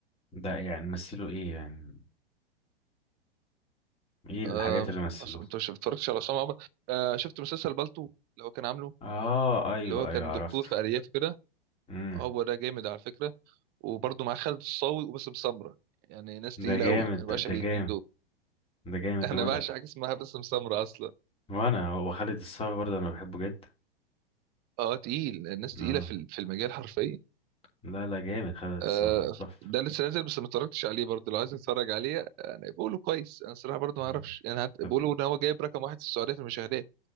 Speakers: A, on the left; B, on the right.
A: ده يعني مثله ايه يعني ايه الحاجات
B: آه،
A: اللي مثلوه
B: أص- انت مش اتفرجتش على عصام عمر آه، شفت مسلسل بالطو اللي هو كان عامله
A: اه ايوه
B: اللي هو كان
A: ايوه عرفته
B: دكتور في أرياف كده
A: امم
B: هو ده جامد على فكرة وبرضه مع خالد الصاوي وباسم سمرة يعني ناس تقيلة
A: ده جامد
B: قوي انا
A: ده,
B: بعشق
A: ده
B: الاتنين
A: جامد
B: دول
A: ده جامد
B: <laughs>
A: ده
B: انا
A: مت...
B: بعشق حاجة اسمها باسم سمرة اصلا
A: وانا وخالد الصاوي برضه انا بحبه جدا
B: اه تقيل الناس تقيلة
A: اه
B: في ال- في المجال حرفيا
A: لا لا جامد خالد الصاوي
B: آه،
A: تحفه
B: ده لسه نازل بس ما اتفرجتش عليه برضه لو عايز اتفرج عليه يعني بيقولوا كويس انا الصراحه برضه
A: مم.
B: ما اعرفش يعني هت-
A: طب
B: بيقولوا ان هو جايب رقم واحد في السعوديه في المشاهدات